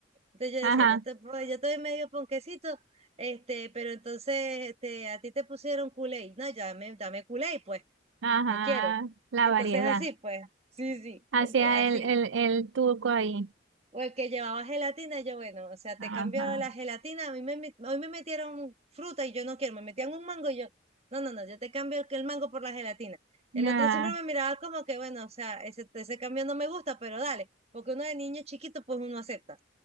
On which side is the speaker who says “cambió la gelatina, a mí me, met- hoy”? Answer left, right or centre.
Right